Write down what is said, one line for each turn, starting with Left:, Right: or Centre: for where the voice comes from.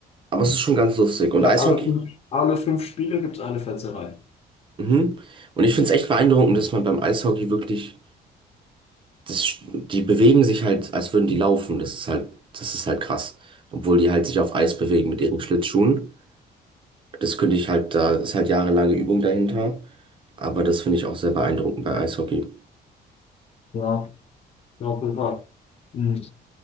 Right: aber es ist schon ganz lustig.
Left: Ich
Right: Und
Left: glaube,
Right: Eishockey?
Left: alle fünf, alle fünf Spiele gibt es eine Fetzerei.
Right: Mhm. Und ich finde es echt beeindruckend, dass man beim Eishockey wirklich, das, die bewegen sich halt, als würden die laufen. Das ist halt, das ist halt krass. Obwohl die halt sich auf Eis bewegen mit ihren Schlittschuhen. Das könnte ich halt, da ist halt jahrelange Übung dahinter. Aber das finde ich auch sehr beeindruckend bei Eishockey.
Left: Ja, ja, auf jeden Fall. Mhm.